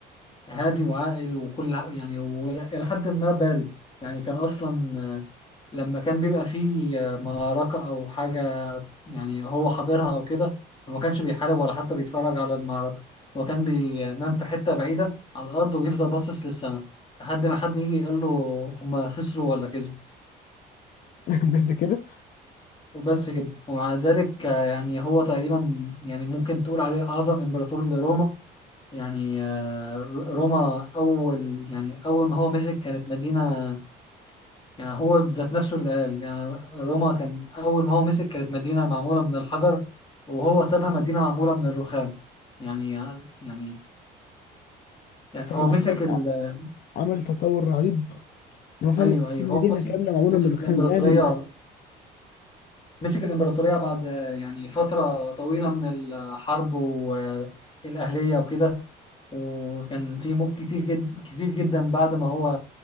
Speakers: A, on the left; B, on the left.
A: هادي وعاقل وكل ح- يعني وإلى حد ما بارد يعني كان أصلا آه، لما كان بيبقى فيه آه، معركة أو حاجة يعني هو حاضرها أو كده هو ما كانش بيحارب ولا حتى بيتفرج على المعركة هو كان بينام في حتة بعيدة على الأرض ويفضل باصص للسماء لحد ما حد يجي يقول له هما خسروا ولا كسبوا
B: <laughs> بس كده
A: وبس كده ومع ذلك آه، يعني هو تقريبا يعني ممكن تقول عليه أعظم إمبراطور لروما يعني آه، روما أول يعني أول ما هو مسك كانت مدينة يعني هو بذات نفسه اللي قال يعني روما كان أول ما هو مسك كانت مدينة معمولة من الحجر وهو سابها مدينة معمولة من الرخام يعني يعني يعني
B: فاهم
A: هو مسك
B: عمل
A: ال...
B: عمل تطور رهيب ان هو فعلا
A: أيوه أيوه
B: تسيب مدينه
A: هو مسك
B: كامله معموله
A: مسك
B: من الرخام
A: الإمبراطورية
B: يعني
A: مسك الإمبراطورية بعد يعني فترة طويلة من الحرب والأهلية وكده وكان في موت كتير جدا كتير جدا بعد ما هو